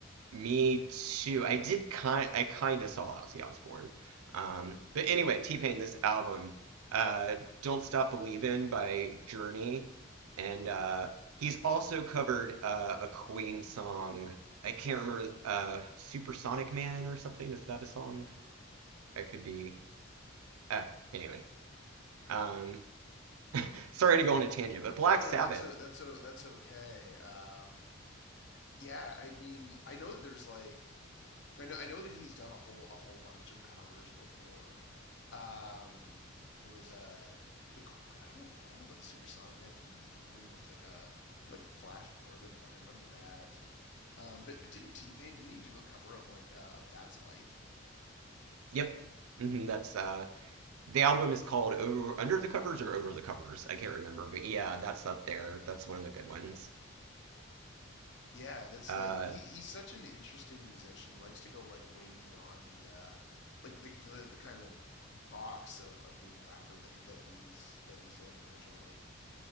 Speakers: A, on the right; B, on the left.
A: Me too. I did kind I kind of saw Ozzy Osbourne. Um, but anyway, T-Pain, this album, uh, Don't Stop Believin' by Journey. And uh, he's also covered uh, a Queen song. I can't remember uh, Supersonic Man or something. Is that a song? That could be. Uh, anyway. Um, sorry to go on a tangent, but
B: No,
A: Black
B: no,
A: Sabbath.
B: no. That's a, that's a, that's okay. Um, yeah. I mean, I know that there's like, I know, I know that he's done a whole a whole bunch of covers before. Um, there was a the I don't know if- I don't know about the Supersonic Man from from Queen. There was like a like a Flash Gordon one. I remember that. Um, but but didn't T Pain didn't he do a cover of like uh, of That's Life?
A: Yep. hmm that's uh The album is called Over Under the Covers or Over the Covers. I can't remember, but yeah, that's up there. That's one of the good ones.
B: Yeah, that's
A: Uh,
B: like he he's such an interesting musician. He likes to go like way beyond the uh like like the the kind of box of of being a rapper that he that he's that he's in originally.